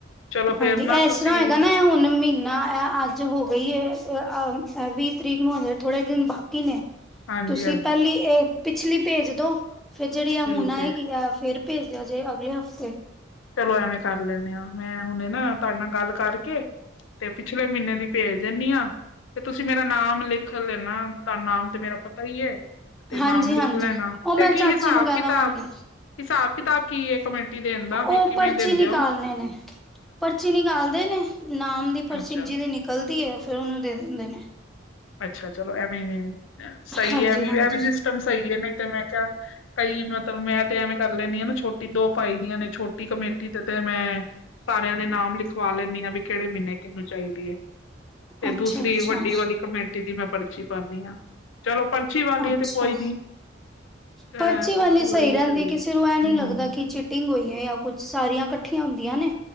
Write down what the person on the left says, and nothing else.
ਚਲੋ ਫੇਰ
ਨਾ
ਤੁਸੀਂ
ਹਾਂਜੀ
ਹਾਂਜੀ
ਠੀਕ
ਹੈ
ਚਲੋ ਐਵੇਂ ਕਰ ਲੈਂਦੇ ਆਂ ਮੈਂ ਹੁਣੇ ਨਾ ਤੁਹਾਡੇ ਨਾਲ ਗੱਲ ਕਰਕੇ ਤੇ ਪਿਛ ਪਿਛਲੇ ਮਹੀਨੇ ਦੀ ਭੇਜ ਦਿੰਦੀ ਆਂ। ਤੇ ਤੁਸੀਂ ਮੇਰਾ ਨਾਮ ਲਿਖ ਲਿਖ ਲੈਣਾ ਤਾਂ ਨਾਮ ਤੇ ਮੇਰਾ ਪਤਾ ਹੀ ਹੈ, ਤੇ ਨਾਮ
ਲਿਖ
ਲੈਣਾ
ਤੇ
ਕੀ
ਹਿਸਾਬ
ਕਿਤਾਬ-
ਹਿਸਾਬ ਕਿਤਾਬ ਕੀ ਇੱਕ ਮਿੰਟ ਕੀ ਦਿਨ ਦਾ
ਵੀ ਕਿਵੇਂ
ਦਿੰਦੇ
ਹੋ
ਅੱਛਾ
ਅੱਛਾ, ਚਲੋ ਐਵੇਂ ਸਹੀ
ਐ ਵੀ
ਇਹ ਵੀ ਸਿਸਟਮ ਸਹੀ ਹੈ ਨਹੀਂ ਤੇ ਮੈਂ ਕਿਹਾ ਕਈ ਮਤਲਬ ਮੈਂ ਤੇ ਐਵੇਂ ਕਰ ਲੈਂਦੀ ਹਾਂ ਨਾ ਛੋਟੀ ਦੋ ਪਾਈ ਦੀਆਂ ਨੇ ਛੋਟੀ ਕਮੇਟੀ ਤੇ ਤੇ ਮੈਂ ਸਾਰਿਆਂ ਦੇ ਨਾਮ ਲਿਖਵਾ ਲੈਂਦੀ ਹਾਂ। ਵੀ ਕਿਹੜੇ ਮਹੀਨੇ ਕਿਹਨੂੰ ਚਾਹੀਦੀ ਐ। ਤੇ
ਦੂਸਰੀ
ਵੱਡੀ ਵਾਲੀ ਕਮੇਟੀ ਦੀ ਮੈਂ ਪਰਚੀ ਪਾਂਦੀ ਹਾਂ, ਚਲੋ ਪਰਚੀ ਵਾਲੀ
ਐ ਤੇ ਕੋਈ ਨੀ ਅ
ਵੀ
ਚਲੂ
ਹੂੰ